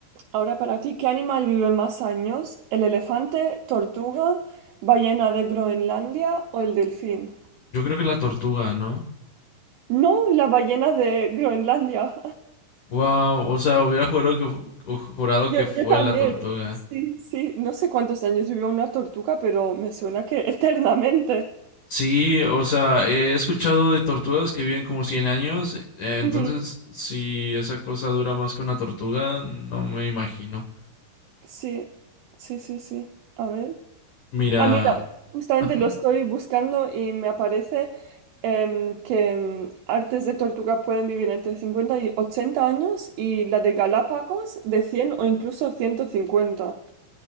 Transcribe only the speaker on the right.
ahora para ti, ¿qué animal vive más años? ¿El elefante, tortuga, ballena de Groenlandia o el delfín?
No, la ballena de Groenlandia.
Yo,
yo también,
sí, sí, no sé cuántos años vivió una tortuga, pero me suena que <laughs> eternamente.
Ujú.
Sí, sí, sí, sí. A ver.
Ah, mira, justamente
lo estoy buscando y me aparece em, que em, artes de tortuga pueden vivir entre 50 y 80 años y la de Galápagos de 100 o incluso ciento cincuenta